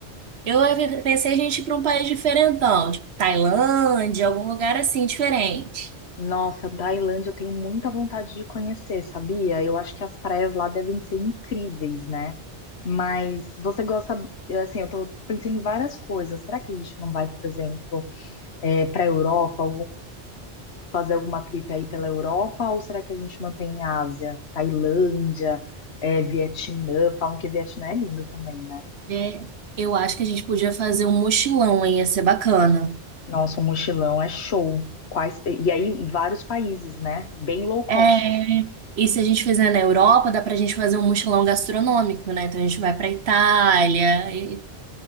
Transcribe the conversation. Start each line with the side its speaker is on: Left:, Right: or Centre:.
Right: eu pensei a gente ir para um país diferentão, tipo Tailândia, algum lugar assim diferente.
Left: Nossa, Tailândia eu tenho muita vontade de conhecer, sabia? Eu acho que as praias lá devem ser incríveis, né? Mas você gosta, assim, eu tô, tô pensando em várias coisas. Será que a gente não vai, por exemplo, para a Europa, fazer alguma trip aí pela Europa ou será que a gente mantém a Ásia, Tailândia, é, Vietnã? Falam que Vietnã é lindo também, né?
Right: É, eu acho que a gente podia fazer um mochilão, hein? Ia ser bacana.
Left: Nossa, um mochilão é show. Quais... E aí, vários países, né? Bem low cost,
Right: É,
Left: assim.
Right: e se a gente fizer na Europa, dá pra gente fazer um mochilão gastronômico, né? Então a gente vai pra Itália, e